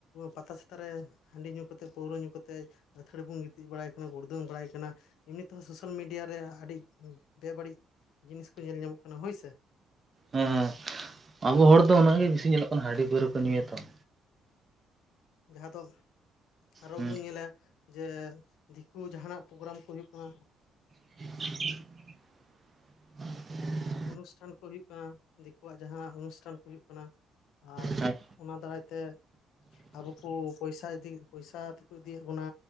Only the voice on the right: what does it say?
ᱦᱮᱸ ᱦᱮᱸ ᱟᱵᱚ ᱦᱚᱲ ᱫᱚ ᱚᱱᱟᱜᱮ ᱵᱤᱥᱤ ᱧᱮᱞᱚᱜ ᱠᱟᱱᱟ ᱦᱟᱹᱰᱤ ᱯᱟᱹᱣᱨᱟᱹ ᱠᱚ ᱧᱩᱭᱟ ᱛᱚ ᱾
ᱦᱮᱸ
<unintelligible>
ᱦᱮᱸ